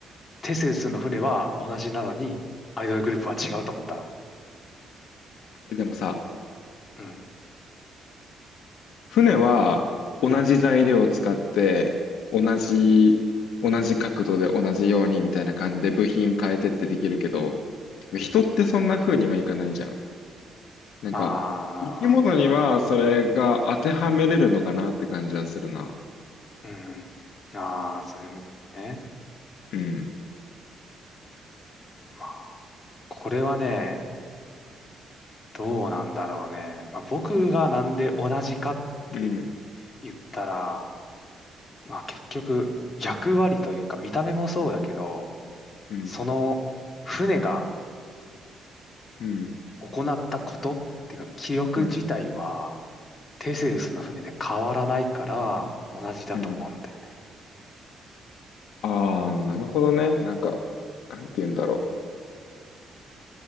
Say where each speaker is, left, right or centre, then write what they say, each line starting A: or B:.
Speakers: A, on the left (about 35°); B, on the left (about 80°).
A: テセウスの船は同じなのに、アイドルグループは違うと思ったの。
B: えでもさ、
A: うん、
B: 船は同じ材料を使って同じ同じ角度で同じようにみたいな感じで部品変えてってできるけど
A: うん、うん、
B: 人ってそんな風にはいかないじゃん。
A: うん。
B: なんか生き物にはそれが当てはめれるのかなって感じはするな。
A: ああ、うん、うん。ああ、そういうことね。
B: うん。
A: まあ、これはね、どうなんだろうね。まあ、僕がなんで同じかって
B: うん。
A: 言ったら、まあ結局、役割というか見た目もそうだけど、
B: うん。
A: その船が
B: うん。
A: 行ったことっていうか記憶自体は
B: うん。
A: テセウスの船で変わらないから同じだと思うんだよね。
B: うん。ああ、なるほどね。なんか、なんて言うんだろう。